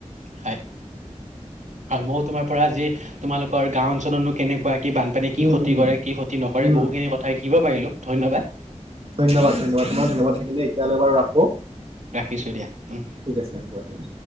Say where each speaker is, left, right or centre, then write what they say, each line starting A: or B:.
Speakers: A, on the right; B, on the right.
A: হয় হয় মই তোমাৰ পৰা আজি তোমালোকৰ গাও অঞ্চলনো কেনেকা <unintelligible> কি বানপানী কি
B: উম
A: ক্ষতি
B: উম
A: কৰে কি ক্ষতি নকৰে
B: উম
A: বহুখিনি কথা শিকিব পাৰিলো ধন্যবাদ
B: ধন্যবাদ ধন্যবাদ তোমাৰ ধন্যবাদ থাকিলে এতিয়ালৈ বাৰু ৰাখো
A: ৰাখিছোঁ দিয়া উম।
B: ঠিক আছে হ'ব দিয়া